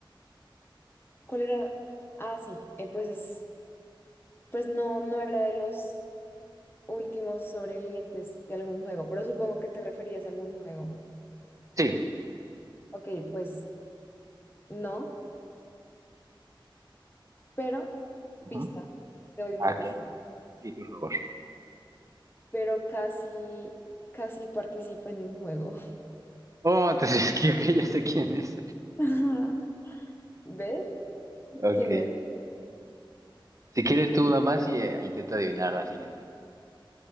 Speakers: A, on the left; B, on the right.
A: ¿Cuál era? Ah, sí, eh, pues, es- pues no, no era de los últimos sobrevivientes de algún juego, pero supongo que te referías a algún juego.
B: Sí.
A: Ok, pues no, pero
B: Ujú.
A: pista, te doy una
B: Ah,
A: pista,
B: Ok. Sí, por favor.
A: pero casi, casi participa en un juego. <laughs>
B: Oh, entonces <laughs> creo que ya sé quién es.
A: Ajá. ¿Ves?
B: Ok.
A: ¿Quién es?
B: Si quieres tú nada más y eh, intenta adivinar la siguiente.